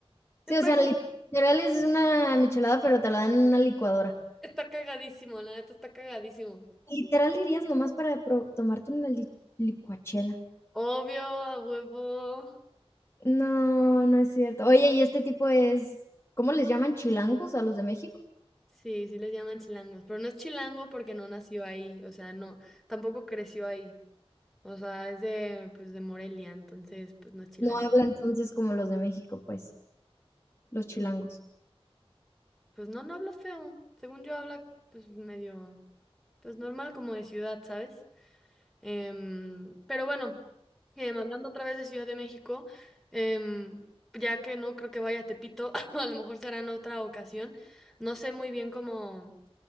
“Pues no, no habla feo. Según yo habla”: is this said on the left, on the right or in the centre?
Centre